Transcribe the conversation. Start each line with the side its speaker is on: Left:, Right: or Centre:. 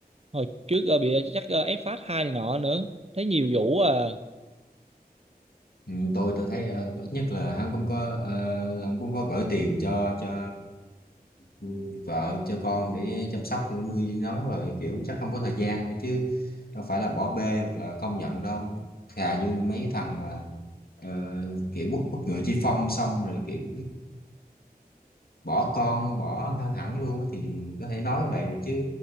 Right: hồi trước ờ, bị ờ, chắc ờ, ép phát hai này nọ nữa thấy nhiều vụ à
Left: Ừ, tôi tôi thấy ờ, ít nhất là hắn cũng có ờ, hắn cũng có gửi tiền cho cho ừ, vợ cho con để chăm sóc để nuôi nó rồi kiểu chắc không có thời gian thôi chứ đâu phải là bỏ bê hoặc là không nhận đâu thà như mấy thằng mà ờ, kiểu quốc quốc ngựa chi phong xong rồi kiểu bỏ con bỏ hẳn luôn á thì có thể nói vậy được chứ